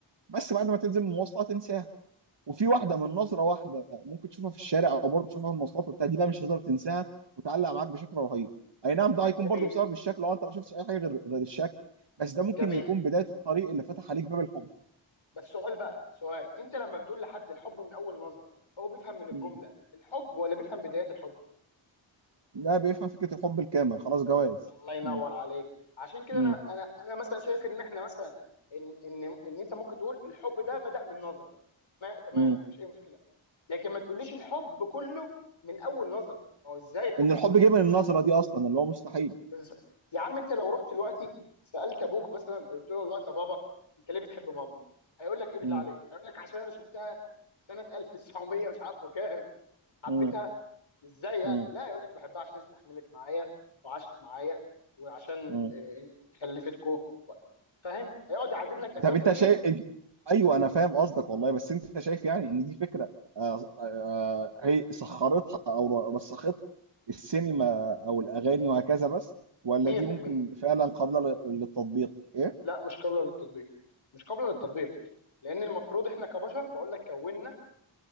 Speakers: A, on the right; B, on the left.
A: بس بعد ما تنزل من المواصله تنساها وفي واحده من نظره واحده ممكن تشوفها في الشارع او برضه تشوفها في المواصلات وبتاع دي بقى مش هتقدر تنساها وتعلق معاك بشكل رهيب اي نعم ده هيكون
B: جميل
A: برضه بسبب الشكل لو انت ما شفتش اي حاجه غير غير الشكل بس ده ممكن
B: جميل
A: يكون بدايه الطريق اللي فتح عليك باب الحب
B: بس سؤال بقى سؤال انت لما بتقول لحد الحب من اول نظره هو بيفهم من الجمله
A: مم.
B: الحب ولا بيفهم بدايه الحب
A: ده بيفهم فكره الحب الكامل خلاص جواز
B: الله ينور
A: مم.
B: عليك عشان كده
A: مم.
B: انا انا انا مثلا شايف ان احنا مثلا ان ان ان انت ممكن تقول الحب ده بدأ من نظره ما تمام
A: مم.
B: مفيش اي مشكله لكن ما تقوليش الحب كله من اول نظره هو ازاي الحب
A: ان الحب
B: كله
A: جه من النظره دي اصلا اللي هو مستحيل
B: بس يا عم انت لو رحت دلوقتي سالت ابوك مثلا قلت له دلوقتي يا بابا انت ليه بتحب ماما؟ هيقول لك ايه بالله
A: مم.
B: عليك؟ هيقول لك عشان انا شفتها سنه <laughs> 1900 مش عارفه كام حبيتها
A: مم.
B: ازاي يعني؟
A: مم.
B: لا يقول لك بحبها عشان استحملت معايا وعاشت معايا وعشان
A: مم.
B: اه، خلفتكو فاهم؟ هيقعد يعدد لك اسباب
A: طب
B: كتير
A: انت شايف انت... ايوه انا فاهم قصدك والله بس انت شايف يعني ان دي فكره آه، آه، هي سخرتها او رسختها السينما او الاغاني وهكذا بس ولا
B: 100%
A: دي ممكن فعلا قابله لل- للتطبيق ايه
B: لا مش قابله للتطبيق مش قابله للتطبيق لان المفروض احنا كبشر بقول لك كوننا